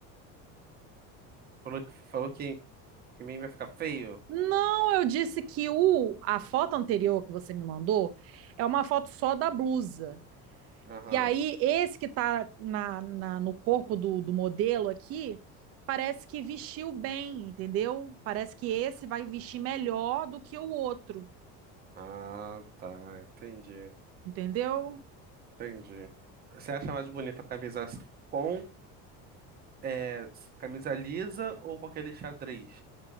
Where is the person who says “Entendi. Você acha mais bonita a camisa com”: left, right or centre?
Right